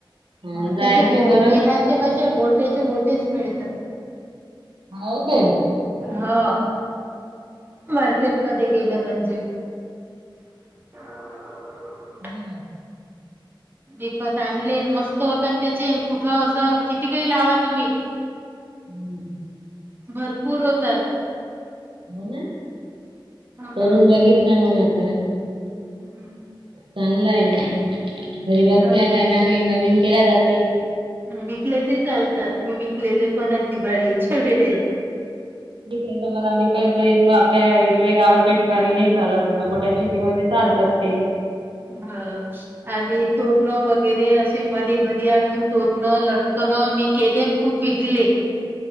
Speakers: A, on the right (about 75°); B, on the right (about 25°).
A: अ
B: ह
A: जायची
B: त्याचे गो
A: गरज
B: मेनाचे कसे गोटेचे गोटेच मिळत.
A: होव काय?
B: हा मार्केट मध्ये गेलं म्हणजे. <inaudible>
A: हम्म.
B: विकत आणलेन मस्त होतात त्याचे कुठं असं किती काही लावा तुम्ही.
A: हम्म.
B: भरपूर होतात.
A: हो ना?
B: हां.
A: करून बघीन ना मग आता.
B: हं.
A: चांगला आहे ना घरी बसल्या
B: हां.
A: काही ना काही नवीन केला जाते.
B: विकले ते चालतात. मी विकलेले पण आहेत दिवाळीच्या वेळेस.
A: इकडेच मणा विकायच इक आपल्या इकडे गावाच्या ठिकाणी नाही चालत. मला मोठ्या शिटीमध्ये चालतात ते.
B: ह आणि तोरण वगैरे असे मने घरी आणून तोरण लटकणं मी केले न खूप विकले.